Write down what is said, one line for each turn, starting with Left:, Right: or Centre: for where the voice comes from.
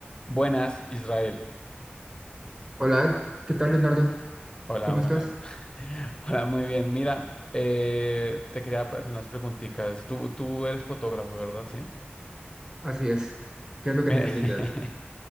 Left: Buenas, Israel.
Right: Hola, ¿qué tal, Leonardo?
Left: Hola,
Right: ¿Cómo
Left: buenas.
Right: estás?
Left: <laughs> Hola, muy bien. Mira, eh, te quería hacer unas preguntitas. Tú, tú eres fotógrafo, ¿verdad? Sí.
Right: Así es. ¿Qué es lo que
Left: Me-
Right: necesitas?
Left: <laughs>